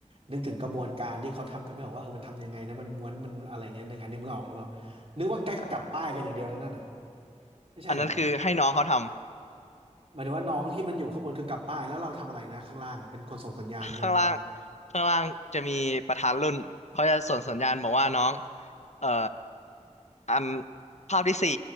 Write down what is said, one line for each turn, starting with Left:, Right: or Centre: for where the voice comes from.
Right: นึกถึงกระบวนการที่เขาทำกันไม่ออกว่าเออมันทำยังไงนะมันม้วนมันอะไรเงี้ยนึกอันนี้ไม่ออกนึกออกนึกว่าแกกลับป้ายกันอย่างเดียวนั่นน่ะ
Left: อ่า
Right: ไม่ใช่เหรอ
Left: อันนั้นคือให้น้องเขาทำ
Right: หมายถึงว่าน้องที่มันอยู่ข้างบนคือกลับป้ายแล้วเราทำอะไรนะข้างล่างอ่ะเป็นคนส่งสัญญาณเงี้ยเหรอ
Left: ข้างล่างข้างล่างจะมีประธานรุ่นเขาจะส่งสัญญาณบอกว่าน้องเอ่อ อันภาพที่สี่